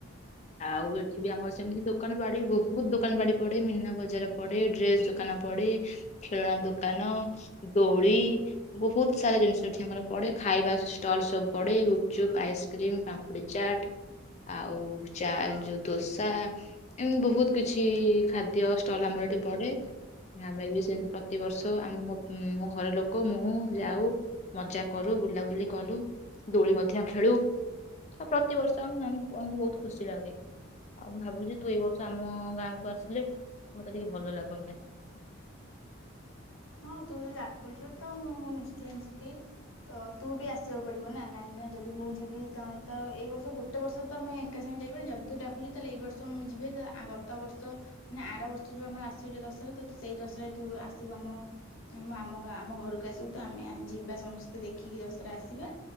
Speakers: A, on the left; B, on the left.
A: ଆଉ ଏଠି ବି ଆମର ସେମିତି ଦୋକାନ ବାଡ଼ି ବହୁତ ଦୋକାନ ବାଡ଼ି ପଡେ ମିନା ବଜାର ପଡେ ଡ୍ରେସ୍ ଦୋକାନ ପଡେ ଖେଳଣା ଦୋକାନ ଦୋଳି ବହୁତ ସାରା ଜିନିଷ ଏଠି ଆମର ପଡେ ଖାଇବା ଷ୍ଟଲ ସବୁ ପଡେ ଗୁପଚୁପ ଆଇସ୍କ୍ରିମ ପାମ୍ପୁଡି ଚାଟ ଆଉ ଚା ଯଉ ଦୋସା ଏମିତି ବହୁତ କିଛି ଖାଦ୍ୟ ଷ୍ଟଲ ଆମର ଏଠି ପଡେ। ଆମେ ବି ସେମିତି ପ୍ରତିିବର୍ଷ ଆମେ ମ ମୋ ଘର ଲୋକ ମୁଁ ଯାଉ ମଜା କରୁ ବୁଲାବୁଲି କଲୁ ଦୋଳି ମଧ୍ୟ ଖେଳୁ। ଆଉ ପ୍ରତିବର୍ଷ ଆମ ଆମକୁ ବହୁତ ଖୁସି ଲାଗେ ଆଉ। ମୁଁ ଭାବୁଚି ତୁ ଏଇ ବର୍ଷ ଆମ ଗାଁ କୁ ଆସିଲେ ମତେ ଟିକେ ଭଲ ଲାଗନ୍ତା।
B: ହଁ ତୁ ଯ ଡାକୁଚୁ ତ ମୁଁ ନିଶ୍ଚୟ ଯିବି ତ ତୁ ବି ଆସିବାକୁ ପଡିବୁ ନା କାହିଁକିନା ଯଦି ମୁଁ ଯିବି ତ ତ ଏଇ ବର୍ଷ ଗୋଟେ ବର୍ଷ ତ ଆମେ ଏକା ସାଙ୍ଗେ ଯାଇପାର ଯଦି ତୁ ଡାକୁଚୁ ତାହେଲେ ଏଇ ବର୍ଷ ମୁଁ ଯିବି ଗତ ବର୍ଷ ମେ ଆର ବର୍ଷ ଯଉ ଆମର ଆସିବଛ ଦଶହରା ତ ସେଇ ଦଶହାରେ ତୁ ଆସିବୁ ଆମ ଆମ ଆମ ଗାଁ ଆମ ଘରକୁ ଆସିବୁ ତ ଆମେ ଯିବା ସମସ୍ତେ ଦେଖିକି ଦଶହରା ଆସିବା